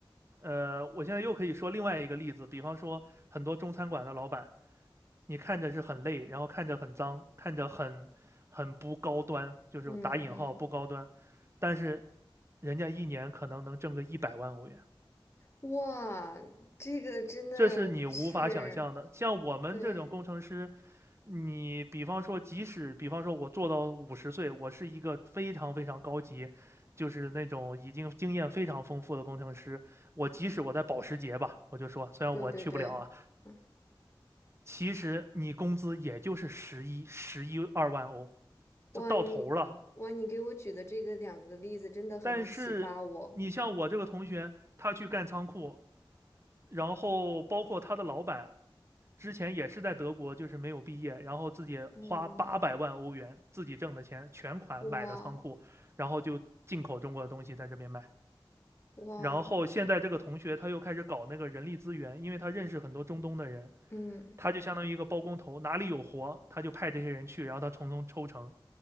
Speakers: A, on the right; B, on the left.
A: 呃，我现在又可以说另外一个例子，比方说很多中餐馆的老板，你看着是很累，然后看着很脏，看着很很不高端，就是打引号不高端，
B: 嗯嗯，
A: 但是人家一年可能能挣个一百万欧元。
B: 哇，这个真的是，
A: 这是你无法想象的。像我们这种工程师，
B: 对，
A: 你比方说，即使比方说我做到五十岁，我是一个非常非常高级，就是那种已经经验非常丰富的工程师，我即使我在保时捷吧，我就说，虽然我去不了啊，
B: 对对对。嗯
A: 其实你工资也就是十一、十一二万欧，
B: 哇，
A: 就到头了。
B: 你哇，你给我举的这个两个例子真的很启发我。
A: 但是你像我这个同学，他去干仓库，然后包括他的老板，之前也是在德国，就是没有毕业，然后自己花八百万欧元自己挣的钱全款买的仓库，
B: 嗯，哇
A: 然后就进口中国的东西在这边卖。
B: 哇，
A: 然后现在这个同学他又开始搞那个人力资源，因为他认识很多中东的人，
B: 嗯
A: 他就相当于一个包工头，哪里有活他就派这些人去，然后他从中抽成。